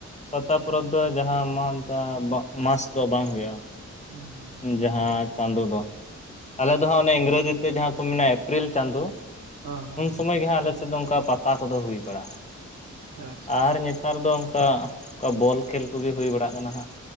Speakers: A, on the left (about 25°); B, on the right (about 80°).
A: ᱯᱟᱛᱟ ᱯᱚᱨᱚᱵᱽ ᱫᱚ ᱡᱟᱦᱟᱸ ᱢᱟᱱ ᱢᱟᱥ ᱫᱚ ᱵᱟᱝ ᱦᱩᱭᱩᱜ-ᱟ᱾
B: ᱦᱩᱸ ᱦᱩᱸ
A: ᱡᱟᱦᱟᱸ ᱪᱟᱸᱫᱚ ᱫᱚ ᱟᱞᱮ
B: ᱦᱳᱭ
A: ᱫᱚ ᱦᱟᱸᱜ ᱚᱱᱮ ᱤᱝᱨᱮᱡᱤ ᱛᱮ ᱡᱟᱦᱟᱸ ᱠᱚ ᱢᱮᱱᱟ ᱮᱯᱨᱤᱞ ᱪᱟᱸᱫᱚ
B: ᱦᱮᱸ ᱦᱮᱸ
A: ᱥᱚᱢᱚᱭ ᱜᱮ ᱦᱟᱜ ᱟᱞᱮ ᱥᱮᱫ ᱫᱚ ᱚᱱᱠᱟ ᱯᱟᱛᱟ ᱠᱚᱫᱚ ᱦᱩᱭ ᱵᱟᱲᱟᱜ-ᱟ
B: ᱟᱪᱪᱷᱟ ᱟᱪᱪᱷᱟ
A: ᱟᱨ ᱱᱤᱛ ᱱᱮᱛᱟᱨ ᱫᱚ ᱚᱱᱠᱟ ᱚᱠᱟ ᱵᱚᱞ ᱠᱷᱮᱞ ᱠᱚᱜᱮ ᱦᱩᱭ ᱵᱟᱲᱟᱜ ᱠᱟᱱᱟ ᱦᱟᱸᱜ